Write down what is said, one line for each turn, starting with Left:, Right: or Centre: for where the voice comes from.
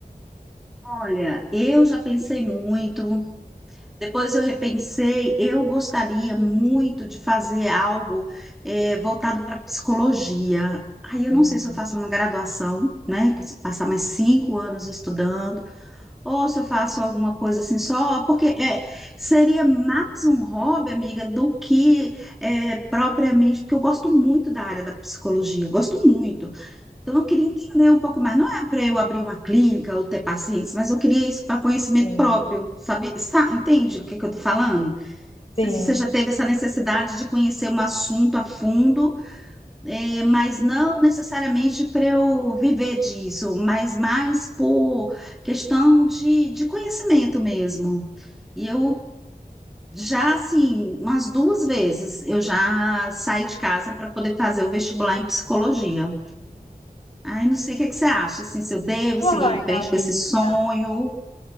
Centre: Olha, eu já pensei muito, Depois eu repensei, eu gostaria muito de fazer algo eh, voltado para psicologia. Aí eu
Left: Hum,
Centre: não sei se eu faço uma graduação, né, que se passar mais cinco anos estudando, ou se eu faço alguma coisa assim só, porque eh, seria mais um hobby, amiga, do que eh, propriamente, porque eu gosto muito da área da psicologia, gosto muito. Então, eu queria entender um pouco mais. Não é para eu abrir uma clínica ou ter pacientes, mas eu queria isso para conhecimento
Left: sim.
Centre: próprio. Sabe, sa- entende o que que eu estou falando? Não sei
Left: Sim.
Centre: se você já teve essa necessidade de conhecer um assunto a fundo, eh, mas não necessariamente para eu viver disso, mas mais por questão de, de conhecimento mesmo. E eu já, assim, umas duas vezes eu já saí de casa para poder fazer o vestibular em psicologia. Ai, não sei o que é que você acha, assim, se eu devo
Left: Uai,
Centre: seguir em frente
Left: amiga.
Centre: com esse sonho.